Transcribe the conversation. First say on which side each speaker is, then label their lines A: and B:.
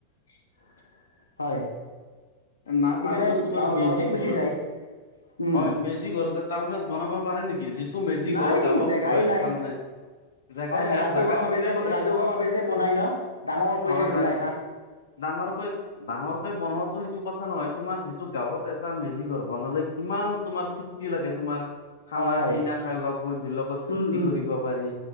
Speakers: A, on the left; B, on the left.
A: <unintelligible>
B: হয়।
A: না
B: সেইকাৰণে
A: টাউনত তোমাৰ
B: গাঁও
A: মেজি
B: গাঁৱতে গুচি
A: ঘৰ
B: যায় উম
A: হয় মেজি ঘৰ টাউনত বনাব পাৰে নেকি? টো মেজি
B: নাই
A: ঘৰ গাঁৱত
B: জেগাই
A: হয়
B: নাই
A: তাৰমানে জাগাই
B: হয় হয়
A: নাই
B: ৰাজহুৱা
A: আৰু জাগা
B: ভাৱে
A: থাকিলেও
B: যে
A: মানে,
B: ৰাজহুৱা ভাৱে যে বনাই ন ডাঙৰকৈ
A: হয়
B: যে বনাই
A: ৰা
B: এটা
A: ডাঙৰকৈ, ডাঙৰকৈ বনত সেইটো কথা নহয় তোমাৰ যিটো গাঁৱত এটা মেজি ঘৰ বনালে কিমান তোমাৰ ফূৰ্তি লাগে তোমাৰ খানা
B: হয় হয়
A: -পিনা খাই লগ- বন্ধুৰ লগত ফূুৰ্তি
B: উম উম
A: কৰিব পাৰি